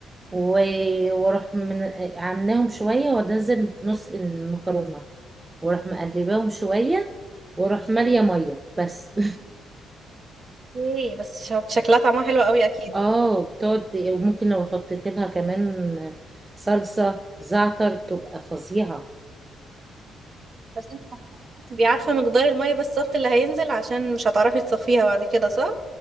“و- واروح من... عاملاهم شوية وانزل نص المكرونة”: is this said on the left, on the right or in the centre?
Right